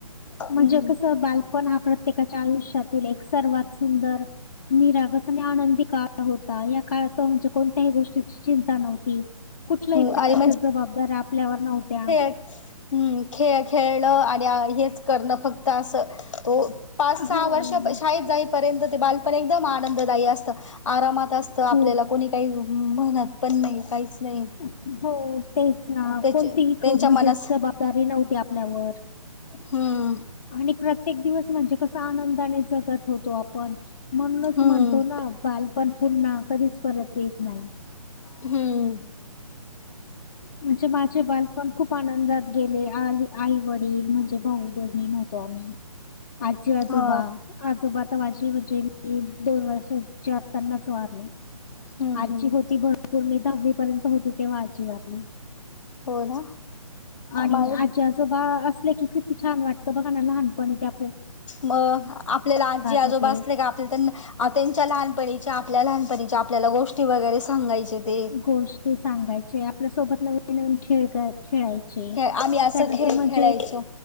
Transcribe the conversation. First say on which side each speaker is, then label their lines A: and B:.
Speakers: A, on the left; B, on the left.
A: हम्म
B: म्हणजे कसं बालपण हा प्रत्येकाच्या आयुष्यातील एक सर्वात सुंदर निरागस आणि आनंदी काळ होता, या काळात म्हणजे कोणत्याही गोष्टी चिंता नव्हती, कुठल्याही
A: हम्म
B: प्रकारच्या
A: आणि
B: जबाबदऱ्या आपल्यावर नव्हत्या.
A: <unintelligible> हम, खेळ -खेळणं आणि हेच करणं फक्त असं तो पाच
B: हो
A: सहा वर्ष शाळेत जाईपर्यंत ते बालपण एकदम आनंददायी असतं. आरामात असतं
B: खूप
A: आपल्याला कोणी काही म्हणत पण नाही काहीच नाही.
B: हो. तेच ना,
A: त्याच्या
B: कोणतीही
A: त्यांच्या
B: म्हणजे
A: मनास
B: जबाबदारी नव्हती आपल्यावर
A: हम्म
B: आणि प्रत्येक दिवस म्हणजे कसं आनंदाने जगत होतो, आपण म्हणूनच
A: हम्म
B: म्हणतो ना बालपण पुन्हा कधीच परत येत नाही.
A: हम्म,
B: म्हणजे माझे बालपण खूप आनंदात गेले, आणि आई वडील म्हणजे भाऊ बहीण होतो आम्ही. आजी, आजोबा.
A: हो
B: आजोबा तर माझे म्हणजे मी दोन वर्षाचे असतानाचं वारले.
A: हम्म
B: आजी
A: हम्म
B: होती, भरपूर मी दहावी पर्यंत होती तेव्हा आजी वारली.
A: हो ना.
B: आणि
A: माझ
B: आजी, आजोबा असले की, किती छान वाटतं बघाना लहानपणी त्या
A: म आपल्याला आजी आजोबा
B: होते.
A: असले का, आपल्या त्यांना त्यांच्या लहानपणीच्या आपल्या लहानपणीच्या आपल्याला गोष्टी वगैरे सांगायचे ते.
B: गोष्टी सांगायचे आपल्यासोबत नवीन नवीन खेळ काय खेळायचे
A: खेळ आम्ही असं
B: त्यानंतर
A: खेळ
B: म्हणजे
A: खेळायचो